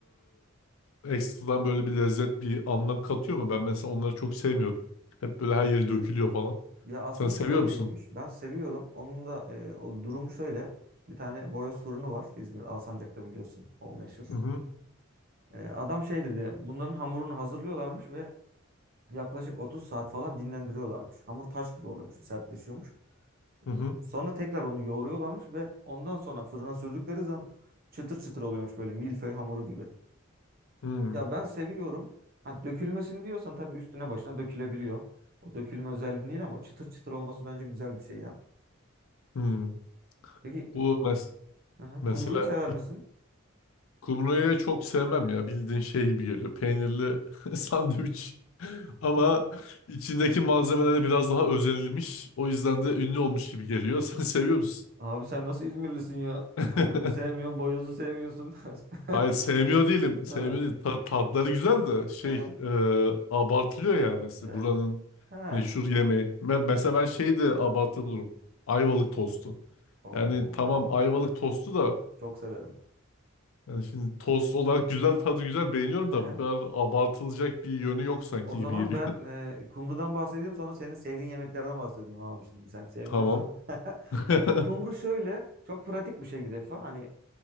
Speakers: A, on the left (about 80°); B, on the right (about 45°).
A: eee, ekstradan böyle bir lezzet bir anlam katıyor mu? Ben mesela onları çok sevmiyorum. Hep böyle her yeri dökülüyor falan.
B: Ya aslında
A: Sen seviyor
B: şöyleymiş.
A: musun?
B: Ben seviyorum. Onun da e, o durumu şöyle. Bir tane boyoz fırını var. İzmir Alsancak'ta biliyorsun. O meşhur.
A: Hı hı.
B: E, adam şey dedi. Bunların hamurunu hazırlıyorlarmış ve yaklaşık 30 saat falan dinlendiriyorlarmış. Hamur taş gibi oluyormuş, sertleşiyormuş.
A: Hı hı.
B: Sonra tekrar onu yoğuruyorlarmış ve ondan sonra fırına sürdükleri zaman çıtır çıtır oluyormuş böyle milföy hamuru gibi.
A: Hı
B: Ya ben seviyorum. Ha, dökülmesini diyorsan tabii üstüne başına dökülebiliyor. O dökülme özelliği değil ama çıtır çıtır olması bence güzel bir şey ya.
A: hı.
B: Peki
A: Bu mes
B: Aha,
A: mesela
B: kumruyu sever misin?
A: kumruyu çok sevmem ya. Bildiğin şey gibi geliyor. Peynirli <laughs> sandviç. Ama içindeki malzemelere biraz daha özenilmiş. O yüzden de ünlü olmuş gibi geliyor. <laughs> Sen seviyor musun?
B: Abi sen nasıl İzmirlisin ya?
A: <laughs>
B: Kumruyu sevmiyorsun, boyozu sevmiyorsun. <laughs>
A: Hayır sevmiyor değilim. Sevmiyor
B: Ha.
A: değil. Ta- tatları güzel de şey
B: Aha.
A: e, abartılıyor ya mesela
B: Ee,
A: buranın
B: ha.
A: meşhur yemeği. Ve Mesela ben şeyi de abartılı bulurum. Ayvalık tostu.
B: Oo,
A: Yani tamam
B: ayvalık
A: ayvalık
B: tost.
A: tostu da
B: Çok severim.
A: yani şimdi tost olarak güzel tadı güzel beğeniyorum
B: Aha.
A: da bu kadar abartılacak bir yönü yok sanki
B: O zaman
A: gibi geliyor.
B: ben e, kumrudan bahsedeyim sonra senin sevdiğin yemeklerden bahsedelim abi şimdi sen sevmiyorsan.
A: <laughs> Tamam.
B: <laughs>
A: <laughs>
B: Şimdi kumru şöyle çok pratik bir şey bir defa. Hani